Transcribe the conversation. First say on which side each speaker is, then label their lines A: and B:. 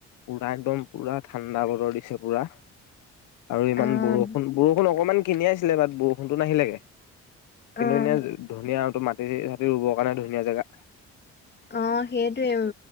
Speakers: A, on the left; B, on the left.
A: পুৰা একদম, পুৰা ঠাণ্ডা বতৰ দিছে পুৰা আৰু ইমান
B: আহ
A: বৰ বৰষুণ অকণমান কিনিয়াইছিলে বাট বৰষুণতো নাহিলেগে কিন্তু
B: আহ
A: এনে ধুনিয়া আৰু ত মা টি চাটি ৰুবৰ কাৰণে ধুনীয়া জেগা
B: অ সেইটোয়ে,